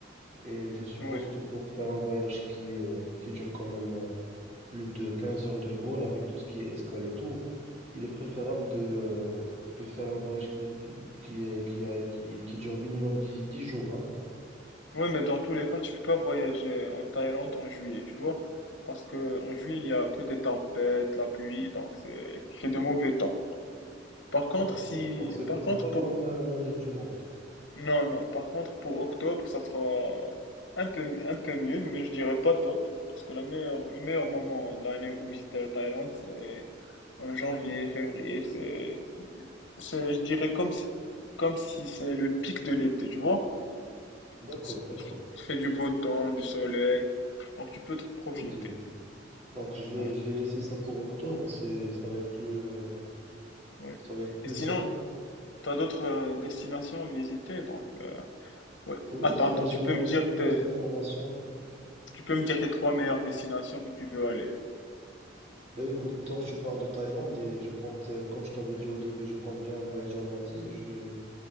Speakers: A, on the right (about 35°); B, on the left (about 75°).
A: Et je suppose
B: Ouais.
A: que pour faire un voyage qui, euh, qui dure quand même euh, plus de 15 heures de vol avec tout ce qui est escale et tout, il est préférable de, euh, de faire un voyage qui est plus, qui est, qui a, qui, qui dure minimum dix dix jours, hein.
B: Ouais, mais dans tous les cas, tu peux pas voyager en Thaïlande en juillet, tu vois? Parce que en juillet, il y a que des tempêtes, la pluie, donc c'est, il fait de mauvais temps. Par
A: Ah,
B: contre,
A: d'accord.
B: si,
A: Donc, c'est
B: par
A: pas,
B: contre,
A: c'est pas comme
B: pour,
A: euh, le reste du monde.
B: non, non, par contre, pour octobre, ça sera un peu, un peu mieux, mais je dirais pas top. Parce que la meilleure, le meilleur moment de l'année où visiter la Thaïlande, c'est en janvier, février, c'est, C'est, je dirais comme si, comme si c'est le pic de l'été, tu vois?
A: D'accord,
B: C'est-
A: d'accord.
B: Il fait il fait du beau temps, du soleil, donc tu peux te profiter.
A: Ok. Donc, je vais,
B: Ouais,
A: je vais laisser ça pour octobre. C'est, ça va être plus, euh,
B: ouais.
A: ça va être plus
B: Et sinon,
A: simple.
B: tu as d'autres euh, destinations à visiter, donc euh, ouais.
A: Oui,
B: Attends,
A: alors
B: attends, tu
A: j'aimerais
B: peux me
A: bien
B: dire
A: plus
B: tes,
A: d'informations.
B: tu peux me dire tes trois meilleures destinations où tu veux aller,
A: Ben écoute, tant que tu parles de Thaïlande et je compte, euh, comme je t'avais dit au début, je compte bien voyager en Asie. Je,